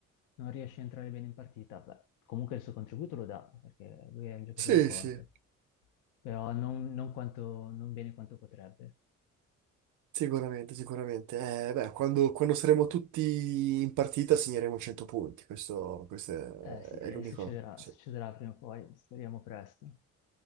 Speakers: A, on the left (about 85°); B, on the right (about 75°).
A: non riesce a entrare bene in partita. Beh, comunque il suo contributo lo dà, perché lui è un giocatore
B: sì,
A: forte,
B: sì,
A: però non, non quanto- non bene quanto potrebbe.
B: sicuramente, sicuramente. Eh, beh, quando, quando saremo tutti in partita segneremo 100 punti, questo, questo è,
A: Eh sì, e
B: è l'unico.
A: succederà,
B: sì.
A: succederà prima o poi, speriamo presto.